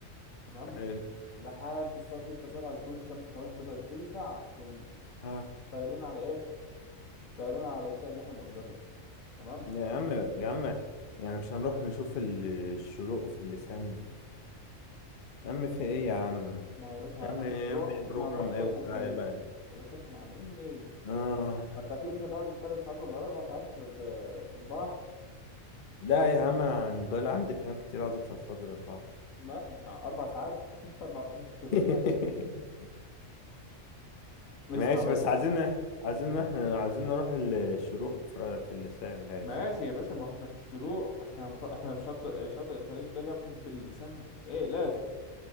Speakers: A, on the left; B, on the left.
A: تمام
B: حلو
A: لحد الساعة ستة سبعة تكون الشمس خلاص بدأت تلسع نقوم
B: اه
A: طايرين على إيه؟ طايرين على الأشياء اللي إحنا مأجرينها تمام؟
B: يا عم يا عم يعني مش هنروح نشوف ال- الشروق في اللسان يا عم في ايه يا عم
A: ما يا باشا
B: يا عم
A: إحنا
B: يا
A: هنروح
B: عم البروجرام
A: إحنا هنروح شط
B: ايه وبتاع
A: الخليج
B: ايه بقى
A: يا باشا اسمع مني
B: اه
A: ما أنت أكيد مش هتقعد التلات ساعات ولا الأربع ساعات في في في البحر
B: لا يا عم انا عن بال عندي كلام كتير عايز افضفض للراحة
A: ما أربع ساعات <laughs> أربع ساعات مش كافيينك
B: <laughs>
A: اسمع
B: ماشي
A: بس
B: بس عايزين عايزين احنا عايزين نروح الشروق في في اللسان لازم
A: ماشي يا باشا ما احنا في الشروق احنا هنخ... احنا في شاطئ شاطئ الخليج ده جنب اللسان ايه لازق